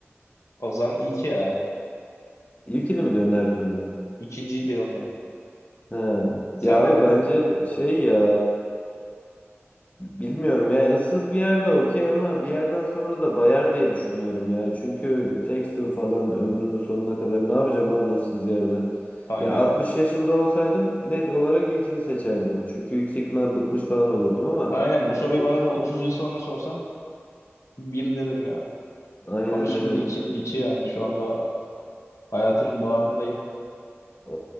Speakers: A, on the left; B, on the left.
A: o zaman iki ya.
B: İlkini mi diyorsun her türlü?
A: İkinciyi diyorum ben.
B: He.
A: Sen
B: Ya abi
A: ne diyorsun?
B: bence şey ya bilmiyorum ya ıssız bir yerde okey ama bir yerden sonra da bayar diye düşünüyorum ya. Çünkü tekstim falan ömrünün sonuna kadar ne yapacağım abi ıssız yerde?
A: Aynen.
B: Ya 60 yaşımda olsaydım net olarak ilkini seçerdim. Çünkü yüksek ihtimal bıkmış falan olurdum ama
A: Aynen bu soruyu
B: ben de
A: bana bir 30 yıl sonra sorsan bir derim ya.
B: aynen
A: Ama şimdi
B: aynen.
A: iki, iki yani şu anda Hayatımın bağrındayım.
B: Ee,